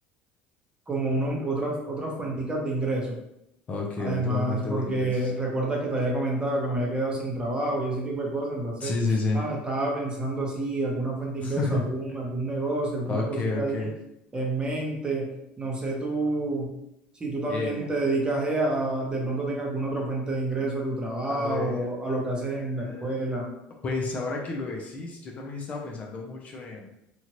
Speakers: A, on the right (about 20°); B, on the left (about 35°).
A: como uno, otras, otras fuenticas de ingreso.
B: Ok,
A: Además,
B: otra fuente
A: porque
B: de ingresos.
A: recuerdas que te había comentado que me había quedado sin trabajo y ese tipo de cosas, entonces,
B: Sí, sí, sí.
A: ah, estaba pensando así, alguna fuente
B: <laughs>
A: de ingreso, algún, algún negocio, alguna
B: Ok,
A: cosita
B: ok.
A: ahí en mente. No sé tú, si tú también
B: Eh,
A: te dedicas eh, a, de pronto tengas alguna otra fuente de ingreso a tu trabajo,
B: a ver.
A: a lo que
B: eh,
A: haces en la escuela.
B: pues ahora que lo decís, yo también he estado pensando mucho en